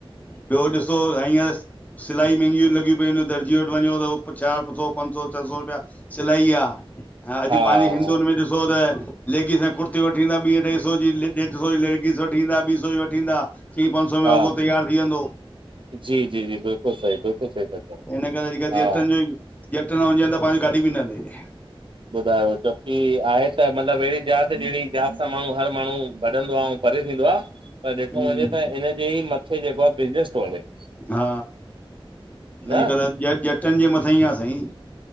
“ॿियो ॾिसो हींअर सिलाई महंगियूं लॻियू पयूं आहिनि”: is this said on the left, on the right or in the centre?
Left